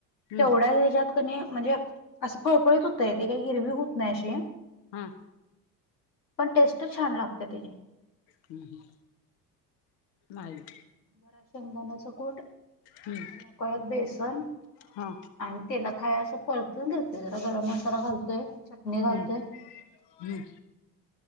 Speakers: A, on the left; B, on the left.
A: हम्म
B: तेवढ्या हच्यात कधी म्हणजे असं फळफळत होत, ते काय गिरवी होत नाही अशी.
A: हां
B: पण टेस्ट छान लागते त्याची.
A: हम् हम् नाही
B: बरा शेंगदाना्याच कूट आणि
A: हम्म
B: नकळत बेसन
A: हा
B: आणि तेला खाय असं परतून देतय जरा गरम मसाला घालतोय. चटणी घालतोय
A: हम्म हम्म